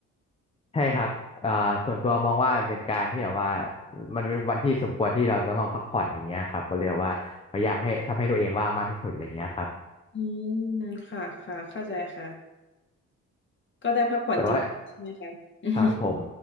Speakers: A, on the left (about 20°); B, on the left (about 40°).
A: ใช่ครับอ่าส่วนตัวมองว่ามันเป็นการที่แบบว่ามันเป็นวันที่สมควรที่เราจะต้องพักผ่อนอย่างเงี้ยครับก็เลยว่าพยายามให้ทำให้ตัวเองว่างมากที่สุดอะไรเงี้ยครับ
B: อืมค่ะ ค่ะ เข้าใจค่ะ ก็ได้พักผ่อนจริงๆใช่ไหมคะ
A: แต่ว่า
B: <laughs>
A: ครับผม